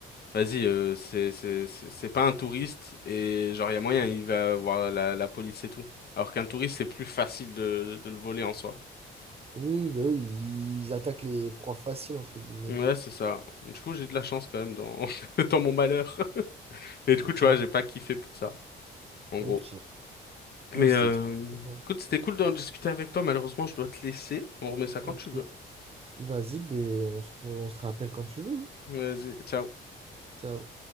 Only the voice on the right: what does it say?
Oui, bah oui, ils attaquent les proies faciles, entre guillemets.
Mais
clairement.
Ok.
Oh,
c'était
trop. important.
Ok.
Vas-y, ben, on se, re- on se rappelle quand tu veux. hein.
Ciao.